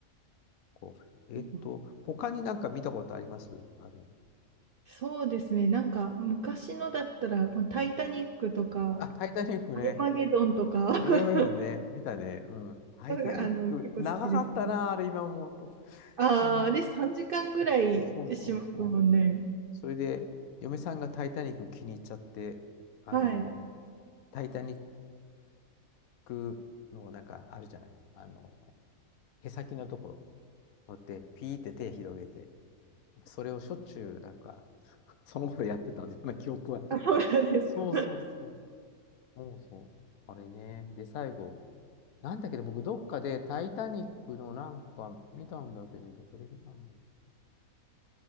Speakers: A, on the left; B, on the right.
A: こう。えっと、
B: なんか
A: 他になんか見たことありますあの、
B: そうですね、なんか昔のだったら、まあタイタニックとか、
A: うん。あ、タイタニックね。
B: アルマゲドンとか、<laughs>
A: アルガメロンね、見たね。うん。タイタニック。
B: あの、結構好きですね。
A: 長かったな、あれ今思うと。
B: ああ、
A: うん。
B: あれ3時間ぐらいしますもんね。
A: そうそうそう。それで、嫁さんがタイタニック気に入っちゃって、あの、
B: はい。
A: タイタニックのなんかあるじゃない。あの、へさきのところ持って、ピーって手広げて、それをしょっちゅうなんか、<laughs> その頃やってたような記憶はある。
B: あ、そうなんですか。
A: <laughs> そうそうそう。そうそうそう。あれね。で、最後、なんだけど、僕どっかでタイタニックのなんか見たんだけど、どこで見たんだろう